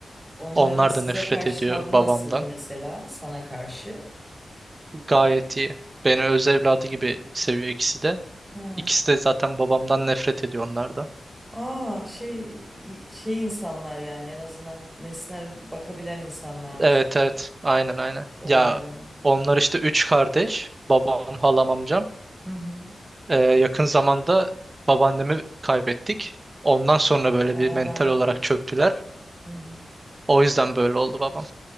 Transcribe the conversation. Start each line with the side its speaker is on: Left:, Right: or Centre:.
Centre: Onların
Right: Onlar
Centre: size
Right: da nefret
Centre: karşı
Right: ediyor
Centre: tavrı
Right: babamdan.
Centre: nasıldı mesela sana karşı?
Right: Gayet iyi. Beni öz evladı gibi seviyor ikisi de.
Centre: Ha.
Right: İkisi de zaten babamdan nefret ediyor onlar da.
Centre: Aa şey şey insanlar yani en azından nesnel bakabilen insanlarmış
Right: Evet
Centre: şeye,
Right: evet aynen aynen.
Centre: olaylara.
Right: Ya onlar işte üç kardeş. Babam, halam, amcam.
Centre: Hı hı.
Right: Ee, yakın zamanda babaannemi kaybettik. Ondan sonra böyle
Centre: Allah
Right: bir mental
Centre: rahmet
Right: olarak
Centre: eylesin.
Right: çöktüler.
Centre: Hı hı.
Right: O yüzden böyle oldu babam.